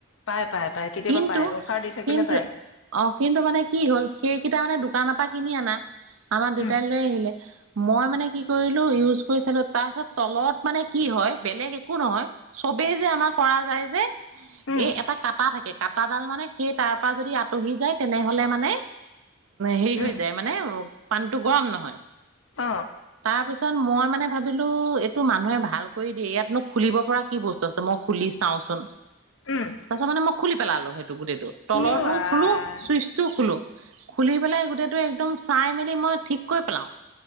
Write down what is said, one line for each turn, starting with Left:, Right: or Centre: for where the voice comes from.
Left: পাই পাই পাই কেতিয়াবা
Right: কিন্তু
Left: পাই অফাৰ দি থাকিলে
Right: কিন্তু
Left: পাই
Right: অ কিন্তু মানে কি হ'ল সেইকেইটা মানে দোকানৰ পৰা কিনি আনা। আমাৰ
Left: উম
Right: তাই লৈ আহিলে। মই মানে কি কৰিলো ইউজ কৈ চালোঁ তাৰ পিছত তলত মানে কি হয়। বেলেগ একো নহয় চবেই যে আমাৰ কৰা যায় যে
Left: উম
Right: এ এটা কাটা থাকে কাটাডাল মানে সেই তাৰ পৰা যদি আঁতহি যায় তেনেহলে মানে হেৰি
Left: উম
Right: হৈ যায় মানে পাণ টো গৰম নহয়
Left: অ
Right: তাৰ পিছত মই মানে ভাবিলো তো মানুহে ভাল কৰি দিয়ে ইয়াতনো খুলিব পৰা কি বস্তু আছে মই খুলি চাওঁচোন।
Left: উম
Right: তাৰ পিছত মানে মই খুলি পেলালো সেইটো গোটেইটো, তলৰটোও
Left: ইউ আই
Right: খুলো চুইচটোও খুলো, খুলি পেলাই গোটেইটো একদম চাই মেলি মই ঠিক কৰি পেলাও